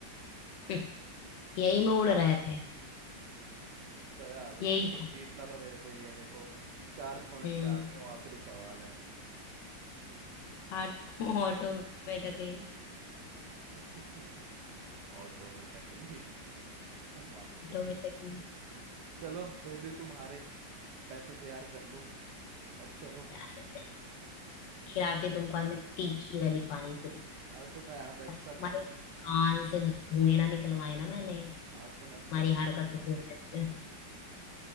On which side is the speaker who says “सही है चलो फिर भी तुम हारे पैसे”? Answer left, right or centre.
Right